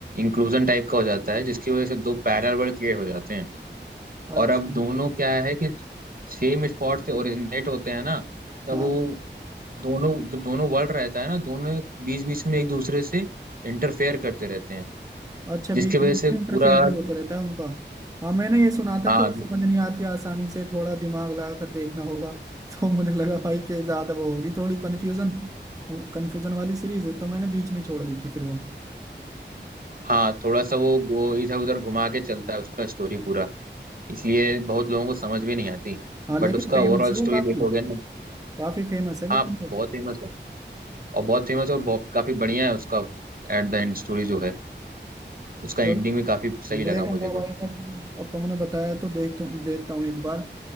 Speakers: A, on the right (about 50°); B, on the right (about 20°).
A: इंक्लूजन टाइप का हो जाता है जिसकी वजह से दो पैरेलल वर्ल्ड क्रिएट हो जाते हैं
B: अच्छा
A: और अब दोनों क्या है कि सेम स्पॉट से ओरिजिनेट होते हैं ना तब
B: हाँ
A: वो दोनों जब दोनों वर्ल्ड रहता है ना दोनों बीच बीच में एक दूसरे से इंटरफेयर करते रहते हैं
B: अच्छा
A: जिसकी
B: बीच
A: वजह
B: बीच
A: से
B: में इंटरफेयर
A: पूरा
B: भी होता रहता है उनका हाँ मैंने ये सुना था
A: हाँ
B: कि वो समझ नहीं आती आसानी से थोड़ा दिमाग लगा कर देखना होगा <laughs> तो मुझे लगा भाई कि ज्यादा वो होगी थोड़ी कंफ्यूजन कंफ्यूजन वाली सीरीज है तो मैंने बीच में छोड़ दी थी फिर वो
A: हाँ थोड़ा सा वो, वो इधर उधर घुमा के चलता है उसका स्टोरी पूरा इसलिए बहुत लोगों को समझ भी नहीं आती
B: हाँ लेकिन
A: बट उसका
B: फेमस
A: ओवरऑल
B: है वो
A: स्टोरी
B: काफी
A: देखोगे ना
B: काफी फेमस है लेकिन
A: हाँ
B: वो
A: बहुत फेमस है और बहुत फेमस है और बहुत काफी बढ़िया है उसका एट द एंड स्टोरी जो है उसका
B: चलो
A: एंडिंग भी काफी सही
B: देखूंगा
A: लगा मुझे तो
B: भाई मैं और तुमने बताया तो देख देखता हूँ एक बार